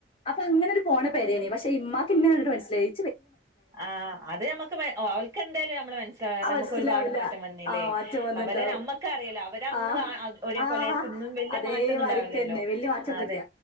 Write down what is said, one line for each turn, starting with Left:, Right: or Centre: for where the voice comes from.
Left: അപ്പൊ അങ്ങനെ ഒരു പോണ പരേല് പക്ഷെ ഇ്മാക്ക്ന്നെണ്ടിട്ട് മനസിലായി
Right: ആഹ് അത് നമ്മക്ക് ഒൽ എന്തായാലും നമ്മളെ മനസ്സിലവൂല
Left: ആ
Right: നമ്മക്ക്
Left: മനസ്സിലാവൂല
Right: ഒരുപാട് മാറ്റം വന്നില്ലേ
Left: ആ മാറ്റം വന്നിണ്ടാവും
Right: അവരെ നമ്മക്കറിയാ അവരന്ന്
Left: ആഹ്
Right: ഒരേ
Left: ആഹ്
Right: പോലെ ആരിക്കും ഇന്നും വലിയ
Left: അതേമാരിക്കന്നെ
Right: മാറ്റംന്നും ഇണ്ടാവില്ലല്ലോ
Left: വല്യ മാറ്റൊന്നുല്ല
Right: അതെ